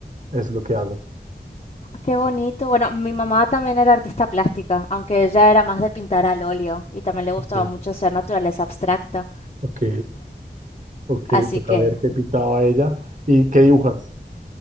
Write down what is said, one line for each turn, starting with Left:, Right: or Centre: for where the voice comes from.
Right: Es lo que hago.
Left: Qué bonito. Bueno, mi mamá también era artista plástica, aunque ella era más de pintar al óleo y también le gustaba
Right: Ok,
Left: mucho hacer naturaleza abstracta.
Right: ok, ok,
Left: Así
Right: toca
Left: que
Right: ver qué pintaba ella y qué dibujas.